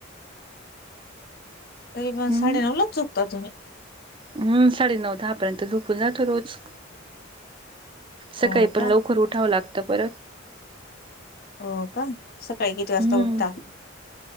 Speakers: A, on the left; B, on the right.
A: तरी
B: हम्म
A: मग साडेनऊलाच झोपता तुम्ही.
B: हम्म साडेनऊ दहा पर्यंत झोपून जातो रोज. सकाळी
A: हो
B: पण
A: का.
B: लवकर उठावं लागतं परत
A: हो का सकाळी किती वाजता
B: हम्म
A: उठता.